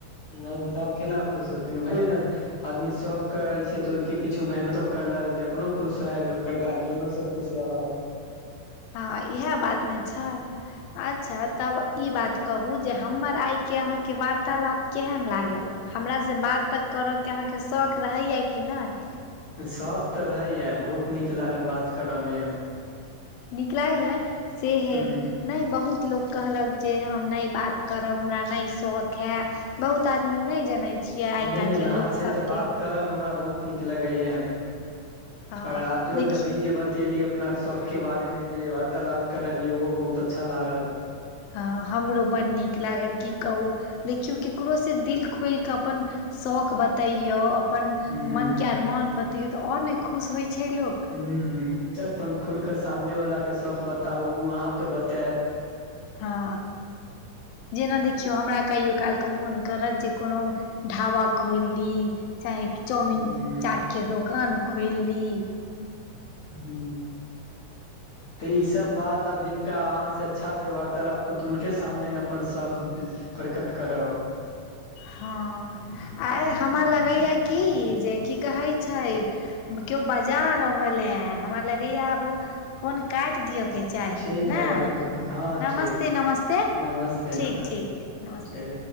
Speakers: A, on the left (about 45°); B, on the left (about 75°).
A: नय तब केना खुश होथिन वही नऽ आदमी शौख करे छै तऽ ओहि के पीछो मेहनतो करलक जे अपनो खुश होल ओकर गार्जियनो सब खुश रहल
B: हँ इएह बात ने छैय अच्छा तब ई बात कहू जे हमर आइके अहाँके वार्तालाप केहन लागल हमरा से बात तऽ करऽके अहाँके शौख रहैया कि नय
A: शौख तऽ रहैया बहुत नीक लागल बात करऽ में
B: नीक लागल ने से हे
A: ह
B: नहि बहुत लोक कहलक जे हम नय बात करब हमरा नय शौख हे बहुत आदमी नहि जनै छियै
A: नहि
B: आइ काल्हिके
A: नहि अहाँ
B: लोकसभके
A: से तऽ बात करऽ हमरा बहुत नीक लगै हे
B: हँ
A: और आजो
B: देखियौ
A: जभी जे ब तियेलिए अपना शौख के बारे में जे वार्तालाप करलिय ओहो बहुत अच्छा लागल
B: हँ हमरो बड़ नीक लागल की कहू देखियौ ककरो से दिल खोलि कऽ अपन शौख बतैयौ अपन
A: ह
B: मनके अरमान बतैयौ तऽ आओर नै खुश होय छै लोक
A: हूँ अपन खुलके सामने वलला के शौख बताउ उ अहाँके बतैत
B: हँ जेना देखियौ हमरा कहियो कालक मोन करत जे कोनो। ढाबा खोइल ली चाहे चाउमिन
A: ह
B: चाट के दोकान खोइलि ली।
A: हूँ तऽ ई सब बात अब जीन जिनका अहाँ से अच्छा से वार्तालाप होत हुनके सामने ने अपन शौख प्रकट करब।
B: हँ आय हमरा लगैया कि जे की कहै छै। कियो बजा रहल ए हमरा लगैया आब फोन काटि दिअ। के चाही
A: ठीक है
B: नाय
A: राखू फोन हँ
B: नमस्ते
A: ठीक
B: नमस्ते
A: नमस्ते
B: ठीक
A: नमस्ते
B: ठीक नमस्ते।
A: ठीक